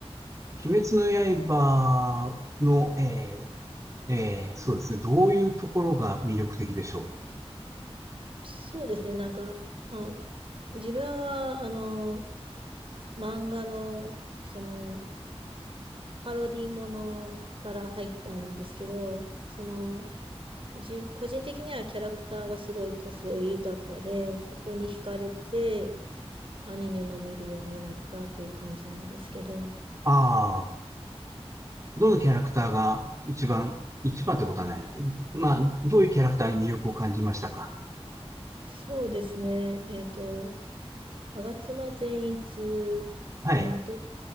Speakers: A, on the right; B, on the right.
A: 鬼滅の刃の、えーえーそうですね、どういうところが魅力的でしょう。
B: そうですね、なんか、まあ、自分は、あの、漫画の、その、パロディものから入ったんですけど、その、じ、個人的にはキャラクターがすごい個性豊かで、そこに惹かれて、アニメも見るようになったっていう感じなんですけど、
A: ああー、どのキャラクターが一番、一番ってことはないな。まあ、どういうキャラクターに魅力を感じましたか。
B: そうですね、えっと、吾妻善一君と、
A: はい。